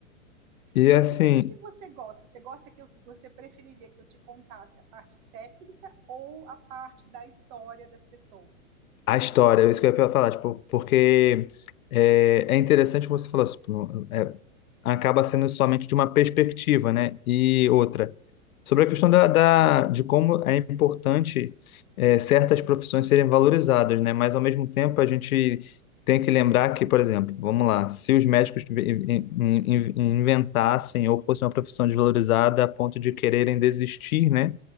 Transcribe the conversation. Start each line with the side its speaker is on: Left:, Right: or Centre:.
Left: E
Right: E assim,
Left: assim,
Right: o que que você gosta? Você gosta que eu, você preferiria que eu te contasse a parte técnica ou a parte da história das pessoas?
Left: a história, é isso que eu ia falar, tipo, porque é, é interessante como você falou, tipo, é, acaba sendo somente de uma perspectiva, né? E outra, sobre a questão da, da- de como é importante é, certas profissões serem valorizadas, né? Mas ao mesmo tempo a gente tem que lembrar que, por exemplo, vamos lá, se os médicos in- in- in- inventassem ou fosse uma profissão desvalorizada a ponto de quererem desistir, né?